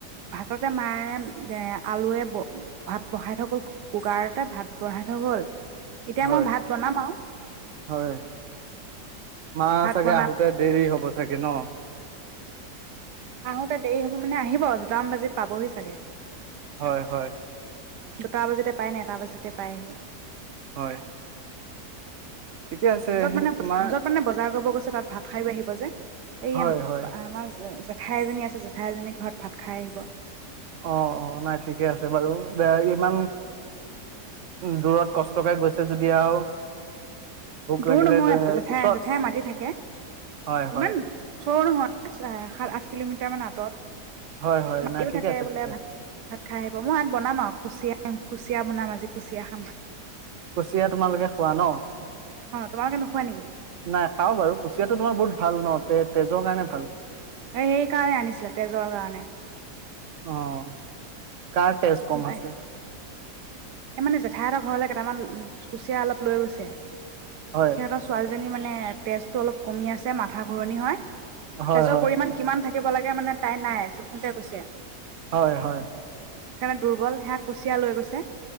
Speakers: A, on the right; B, on the right.
A: ভাততে মায়ে এ আলুৱে ভাত বহাই থৈ গ'ল কুকাৰতে ভাত বহাই থৈ গ'ল এতিয়া
B: হয়,
A: মই ভাত বনাম আৰু
B: হয়, মা
A: ভাত
B: চাগে
A: বনাম
B: আহোতে দেৰি হ'ব তাকে ন!
A: আহোতে দেৰি হ'ব মানে আহিব দুটামান বাজিত পাবহি চাগে!
B: হয়! হয়!
A: দুটা বজাতে পাই ন এটা বজাতে পাইহি
B: হয়, ঠিকে আছে
A: য'ত মানে,
B: তোমাৰ
A: য'ত মানে বজাৰ কৰিব গৈছে তাত ভাত খাইও আহিব যে। এই
B: হয়
A: আমাৰ
B: হয়
A: জেঠাইএজনী আছে। জেঠাই এজনীৰ ঘৰত ভাত খাই আহিব
B: অ অ নাই ঠিকে আছে বাৰু। এ ইমান দূৰত কষ্টকে গৈছে যেতিয়া আৰু। ভোক
A: দূৰ
B: লাগিলে
A: নহয়
B: দে,
A: জেঠাই
B: ওচৰত
A: জেঠায়ে মাতি থাকে।
B: হয় হয়
A: ইমান ওচৰো নহয়। সাত-আঠ কিলোমিটাৰ মান আঁতৰত।
B: হয় হয়
A: মাতিও
B: নাই ঠিকে
A: থাকে
B: আছে
A: বোলে
B: ঠিকে আছে
A: ভাত ভাত খাই আহিব। মই ইয়াত বনাম আৰু কুচিয়া। কুচিয়া বনাম আজি কুচিয়া খাম।
B: কুচিয়া তোমালোকে খোৱা ন',?
A: অ তোমালোকে নোখোৱা নেকি
B: নাই খাও বাৰু কুচিয়াটো তোমাৰ বহুত ভাল ন', - তে- তেজৰ কাৰণে ভাল।
A: সেই কাৰণে আনিছিলে, তেজৰ কাৰণে।
B: অ', - কাৰ তেজ কম আছে?
A: এ এই, মানে জেঠাই হঁতৰ ঘৰলে কেইটামান, কুচিয়া অলপ লৈ গৈছে। সিহঁতৰ
B: হয়
A: ছোৱালী, ছোৱালীজনীৰ মানে তেজতো অলপ, কমি আছে মাথা ঘুৰণি হয়।
B: হয়
A: তেজৰ
B: হয়
A: পৰিমাণ কিমান থাকি, থাকিব লাগে মানে তাই, নাই জোখোতে কৈছে।
B: হয় ',- হয়',
A: সেইকাৰণে দুৰ্বল, সেয়া কুচিয়া লৈ গৈছে।